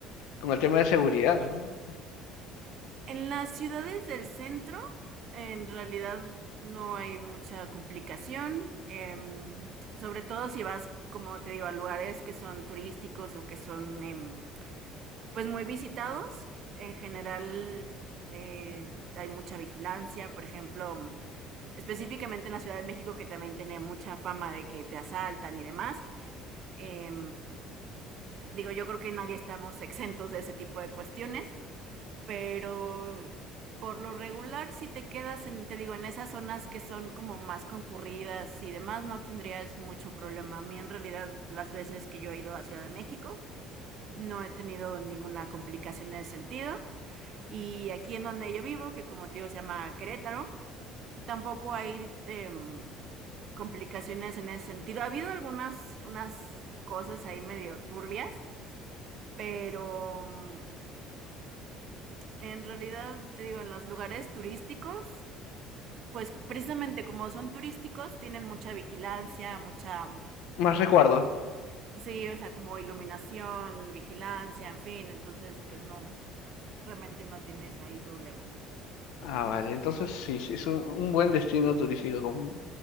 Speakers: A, on the left; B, on the right.
A: con el tema de seguridad, ¿no?
B: En las ciudades del centro, en realidad no hay mucha complicación, em, sobre todo si vas, como te digo, a lugares que son turísticos o que son... em, pues muy visitados. En general eh, hay mucha vigilancia, por ejemplo, mm, específicamente en la Ciudad de México que también tiene mucha fama de que te asaltan y demás. Eh, digo, yo creo que nadie estamos exentos de ese tipo de cuestiones, pero por lo regular si te quedas en, te digo, en esas zonas que son como más concurridas y demás, no tendrías mucho problema. A mí en realidad las veces que yo he ido a Ciudad de México, no he tenido ninguna complicación en ese sentido. Y aquí en donde yo vivo, que como te digo se llama Querétaro, tampoco hay em, complicaciones en ese sentido. Ha habido algunas unas cosas ahí medio turbias, pero mm, en realidad, te digo, en los lugares turísticos, pues precisamente como son turísticos, tienen mucha vigilancia, mucha, mm,
A: Más recuerdo.
B: sí, o sea, como iluminación, vigilancia, en fin, entonces pues no, realmente no tienes ahí problemas.
A: Ah, vale. Entonces sí, sí, es un, un buen destino turístico como,